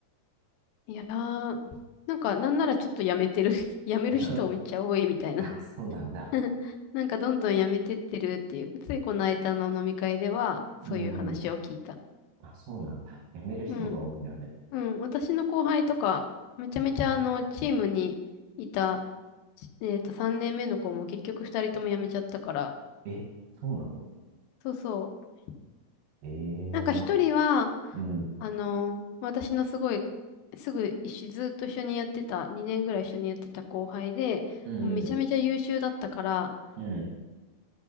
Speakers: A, on the left (about 85°); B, on the right (about 85°).
A: いやー、なんかなんならちょっと辞めてる、<laughs> 辞める人めっちゃ多いみたいな。
B: <laughs> あ、そうなんだ。
A: <laughs> なんかどんどん辞めてってるっていう、ついこの間の飲み会ではそういう話を聞いた。
B: うん、あ、そうなんだ。辞める人が多いんだね。
A: うん。うん。私の後輩とか、めちゃめちゃあの、チームにいた、えっと、3年目の子も結局2人とも辞めちゃったから、
B: え、そうなの
A: そうそう。
B: ええな、
A: なんか一人は、
B: うん、
A: あの、私のすごい、すぐ一緒、ずっと一緒にやってた、2年ぐらい一緒にやってた後輩で、
B: うん、
A: もうめちゃめちゃ優秀だったから、
B: うん、うん、